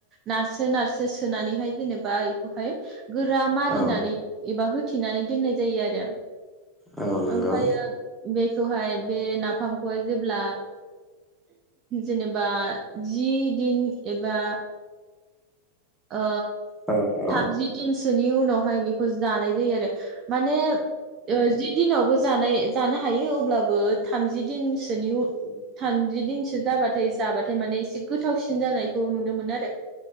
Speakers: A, on the right; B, in the centre.
A: नारसो नारसो सोनानैहाय जेनेबा बेखौहाय गोरा मारिनानै
B: औ
A: एबा होथिनानै दोननाय जायो आरो
B: औ नंगौ
A: ओमफायो बे बेखौहाय बे नाफामखौहाय जेब्ला जेनेबा जि दिन एबा ओ
B: औ औ
A: थामजि दिनसो नि उनावहाय बेखौ जानाय जायो आरो माने जि दिनावबो जानाय जानो हायो अब्लाबो थामजि दिनसोनि थामजि दिनसो जाबाथाय जाबाथाय माने एसे गोथावसिन जानायखौ नुनो मोनो आरो